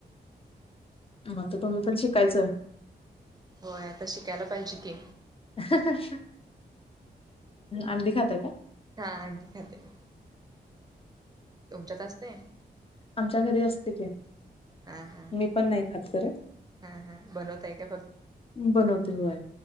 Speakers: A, on the left (about 30°); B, on the right (about 20°).
A: मग आता तुम्ही पण शिकायचं.
B: होय आता शिकायला पाहिजे की.
A: ह आंडी खाताय काय?
B: हा अंडी खाते मी तुमच्यात असते
A: आमच्या घरी असते की,
B: हा हा
A: मी पण नाही खात खर,
B: हा हा बनवताय का
A: बनवते व्हय.